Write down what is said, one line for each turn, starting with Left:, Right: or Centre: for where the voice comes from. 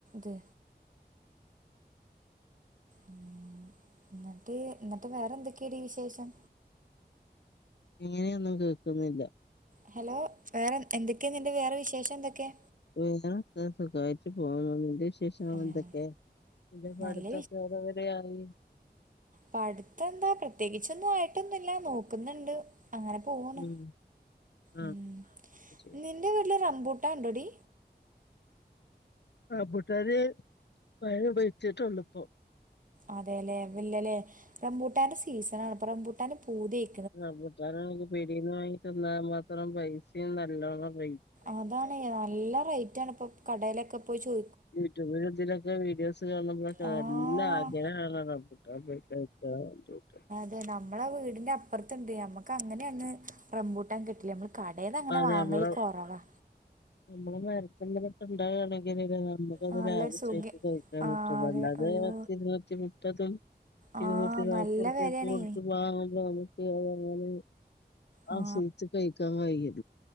Right: ത്. ഉം ന്നട്ട് ന്നട്ട് വേറെന്തെക്കെ ടീ വിശേഷം?
Left: ഇങ്ങനെയൊന്നും കേക്കുന്നില്ല.
Right: ഹലോ വേറെ എന്തെക്കെ നിന്റെ വേറെ വിശേഷ ന്തെക്കെ?
Left: ഏടാ ഇങ്ങനെ സുഖായിട്ട് പോവുന്നു. നിന്റെ വിശേഷങ്ങളെന്തെക്കെ?
Right: ആഹ്
Left: നിന്റെ പഠ്ത്തൊക്കെ
Right: നല്ല
Left: എവടെ വരെയായി?
Right: പഠ്ത്തെന്താ പ്രത്യേകിച്ചൊന്ന്വായിട്ടൊന്നുല്ല നോക്ക്ന്ന്ണ്ട്. അങ്ങനെ പോവ്ണ്.
Left: ഉം ആഹ്
Right: ഉം
Left: ശരി
Right: നിന്റെ വീട്ട്ല് റംമ്പൂട്ടാൻ ഉണ്ടോടി?
Left: റംബുട്ടാന് ഞാന് വടെ വെച്ച്ട്ടൊള്ളു പ്പോ.
Right: അതെ ല്ലെ ഇല്ലല്ലേ. റംബൂട്ടാന്റെ സീസണാണ് പ്പൊ റംബൂട്ടാന് പൂത്യയ്
Left: റംബൂട്ടാനാണെങ്കി പീട്യേന്ന് വാങ്ങി തിന്നാ മാത്രം പൈസിം നല്ലോണം റൈ
Right: അതാണെ നല്ല റൈറ്റാണ് പ്പൊ കടേലൊക്കെ പോയ് ചോ
Left: യൂട്യൂബ് ല്തിലൊ <unintelligible> വീഡിയോസ് കാണുമ്പൊളൊക്കെ
Right: ആഹ്
Left: നല്ലാഗ്രഹാണ് റംബൂട്ടാന് <unintelligible>
Right: ഏഹ് നമ്മളെ വീട്ന്റപ്പർത്ത്ണ്ട് അമ്മക്കങ്ങനെന്ന് റംബൂട്ടാൻ കിട്ടല്ല് അമ്മള് കടേന്നങ്ങനെ
Left: അത്
Right: വാങ്ങല്
Left: നമ്മളെ
Right: കൊറവാ.
Left: നമ്മളെ മരത്തിമ്മെലൊക്കെ ണ്ടാവാണെങ്കില് <unintelligible> അത്
Right: നല്ലൊരു
Left: <unintelligible>
Right: സുഖം
Left: കഴിക്കാൻ
Right: ആ
Left: പറ്റൊള്ളൂ
Right: അതെ
Left: അല്ലാതെ
Right: അയ്യോ
Left: പത്തിര്ന്നൂറ്റി മുപ്പതും.
Right: ആ
Left: ഇര്ന്നൂറ്റി നാപ്പൊർപ്പ്യ
Right: നല്ല വെലേണേ
Left: ക്ക് കൊട്ത്ത് വാങ്ങലാണ്. <unintelligible> എന്നാല്
Right: ആ
Left: ആസ്വദിച്ച് കഴിക്കാൻ കയ്യും.